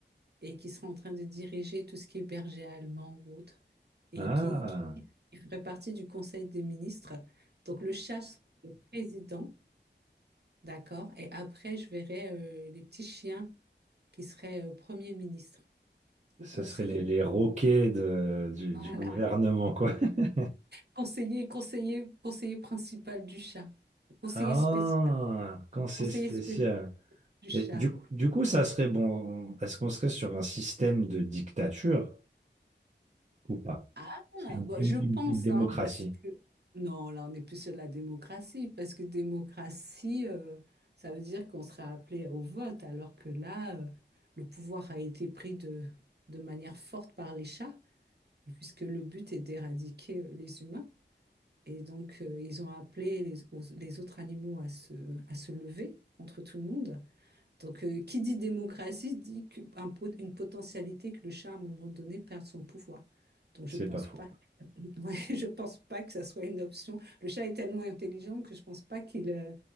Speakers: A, on the right; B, on the right.
A: et qui seraient en train de diriger tout ce qui est berger allemand ou autre et
B: Ah,
A: qui, qui, qui ferait partie du conseil des ministres. Donc, le chat serait président D'accord. Et après, je verrai euh, les petits chiens qui seraient euh, Premier ministre ou
B: ça
A: conseiller.
B: serait les, les roquets de- du,
A: Voilà.
B: du gouvernement, quoi. <laughs>
A: Conseiller, conseiller, conseiller principal du chat. Conseiller
B: Ah,
A: spécial.
B: quand c'est
A: Conseiller
B: spécial.
A: spécial du chat.
B: Et du, coup- du coup, ça serait bon. Est-ce qu'on serait sur un système de dictature ou pas?
A: Ah,
B: Ce serait Une,
A: bon,
B: une-
A: je pense,
B: une- une démocratie,
A: hein, parce que... Non, là, on n'est plus sur la démocratie, parce que démocratie, euh, ça veut dire qu'on sera appelé au vote, alors que là, euh, le pouvoir a été pris de, de manière forte par les chats, et puisque le but est d'éradiquer euh, les humains. Et donc, euh, ils ont appelé les, aux- les autres animaux à se, à se lever contre tout le monde. Donc, euh, qui dit démocratie dit qu'un po- une potentialité que le chat, à un moment donné, perde son pouvoir. Donc, je
B: c'est
A: pense
B: pas faux.
A: pas, <laughs> ouais, je pense pas que ça soit une option. Le chat est tellement intelligent que je pense pas qu'il... euh,